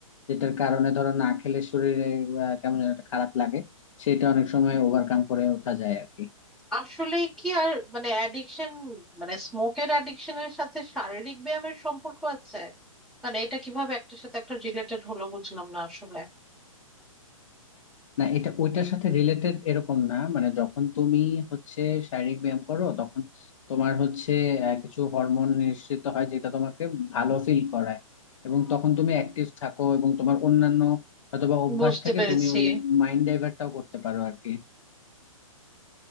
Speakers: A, on the left (about 60°); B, in the centre.
A: যেটার কারণে ধরো না খেলে শরীরে আহ, কেমন যেন একটা খারাপ লাগে সেটা অনেক সময় ওভারকাম করে ওঠা যায় আর কি
B: আসলে কি আর মানে অ্যাডিকশন মানে স্মোকের অ্যাডিকশনের সাথে শারীরিক ব্যায়ামের সম্পর্ক আছে মানে এটা কিভাবে একটার সাথে একটা রিলেটেড হলো বুঝলাম না আসলে
A: না এটা ওইটার সাথে রিলেটেড এরকম না মানে যখন তুমি হচ্ছে শারীরিক ব্যায়াম করো তখন তোমার হচ্ছে আহ, কিছু হরমোন নিঃসৃত হয় যেটা তোমাকে ভালো ফিল করায় এবং তখন তুমি অ্যাক্টিভ থাকো এবং তোমার অন্যান্য অথবা অভ্যাস
B: বুঝতে
A: থেকে
B: পেরেছি
A: তুমি ওই মাইন্ড ডাইভার্টটাও করতে পারো আর কি